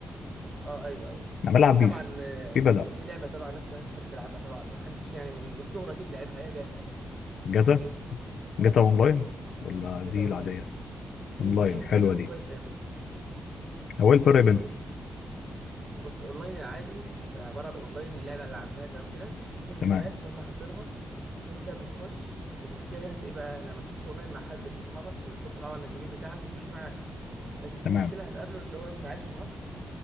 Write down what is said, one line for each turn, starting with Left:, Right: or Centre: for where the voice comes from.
Right: اه ايوه ايوه
Left: انا بلعب
Right: في طبعا
Left: بيس
Right: آه،
Left: في بدأ
Right: في لعبة طبعا الناس كلها بتحب تلعبها طبعا ما حدش يعني من من الصغر أكيد لعبها هي جاتا
Left: جاتا
Right: اه
Left: جاتا اونلاين ولا
Right: جاتا
Left: دي
Right: والله
Left: العادية
Right: في
Left: اونلاين
Right: في وفي
Left: حلوة دي
Right: و5 ام
Left: هو إيه الفرق بينهم
Right: في بص اونلاين العادي بيبقى عباره عن اونلاين اللعبه اللي عاملاها تمام كده وفي مهمات
Left: تمام
Right: هم حاطينها فانت بتخش والمشكله هنا في ايه بقى لما تخش اونلاين مع حد من صحابك بياخد طبعا الايميل بتاعك ويخش معاك لكن في
Left: تمام
Right: مشكله هتقابله اللي هو انت عايش في مصر